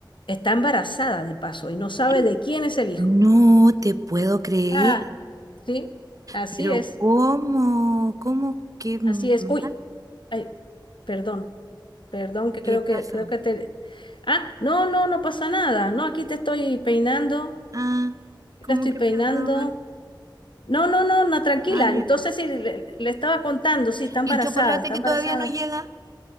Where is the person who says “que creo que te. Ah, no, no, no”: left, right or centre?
Left